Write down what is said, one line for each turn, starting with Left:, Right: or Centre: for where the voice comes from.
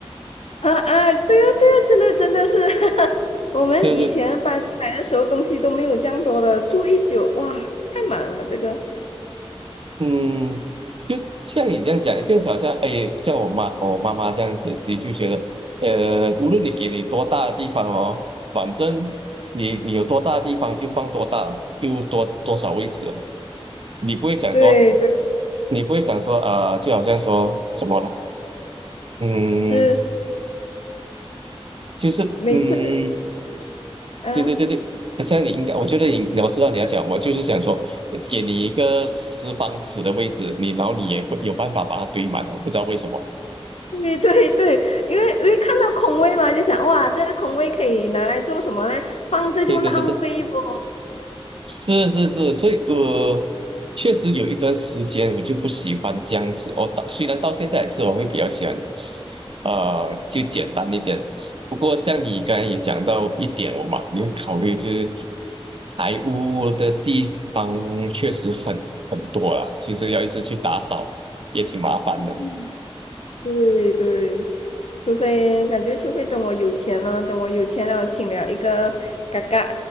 Left: 啊啊，对呀对呀，真的真的是，<laughs> 我们以前搬进来的时候东西都没有这样多的，
Right: 不是，
Left: 住一久，哇，太满了这个。
Right: 嗯，就是像你这样讲，就好像哎，像我妈我妈妈这样子，你就觉得，呃，无论你给你多大的地方哦，反正你你有多大的地方就放多大，就多多少位置了你不会想说，
Left: 对对，
Right: 你不会想说，呃，就好像说什么了，嗯，
Left: 是
Right: 就是嗯。
Left: 每次，嗯、
Right: 对对对对，那像你应该，我觉得你我知道你要讲，我就是想说，给你一个四方尺的位置，你然后你也会有办法把它堆满的，不知道为什么。
Left: 对对对，因为因为看到空位嘛，就想哇，这个空位可以拿来做什么嘞？放着就浪费不？
Right: 对对对对。是是是，所以呃，确实有一段时间我就不喜欢这样子。我到虽然到现在也是，我会比较喜欢，呃，就简单一点。不过像你刚才也讲到一点，我嘛有考虑就是排污的地方确实很很多啦，其实要一直去打扫也挺麻烦的。
Left: <laughs> 对对，除非感觉，除非等我有钱了，等我有钱了，请了一个嘎嘎